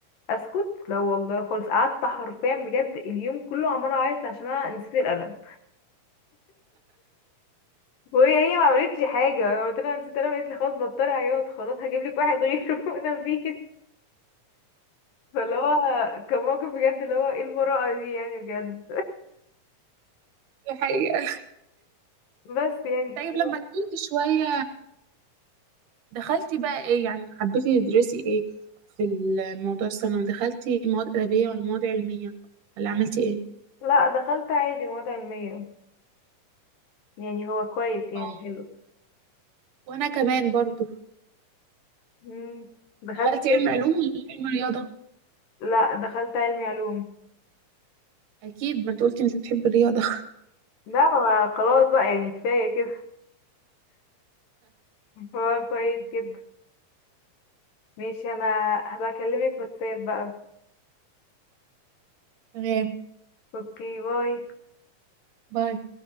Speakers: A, on the left; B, on the right.
A: أسكت لا والله خالص قعدت حرفيا بجد اليوم كله عمالة أعيط عشان أنا نسيت القلم وهي ما عملتش حاجه انا قلت لها نسيت انا قالت لي خلاص بطلي عياط خلاص هجيب لك واحد غيره <laughs> وانا مفيش فاللي هو كان موقف بجد اللي هو ايه المرأة دي يعني بجد
B: دي حقيقه
A: بس يعني ف...
B: طيب لما كبرت شويه دخلتي بقى ايه يعني حبيتي تدرسي ايه في الموضوع الثانوي دخلتي مواد ادبيه ولا مواد علميه ولا عملتي ايه
A: لا دخلت عادي مواد علمية يعني هو كويس يعني
B: آه.
A: حلو
B: وانا كمان برضو
A: مم. دخلت
B: دخلتي علم علوم ولا علم رياضه
A: لا دخلت علمي علوم
B: اكيد ما انت قلتي مش بتحبي الرياضه
A: لا ما خلاص بقى يعني كفاية كده <laughs> هو كويس جدا ماشي انا هبقى اكلمك واتساب بقى
B: <laughs> تمام
A: اوكي باي
B: باي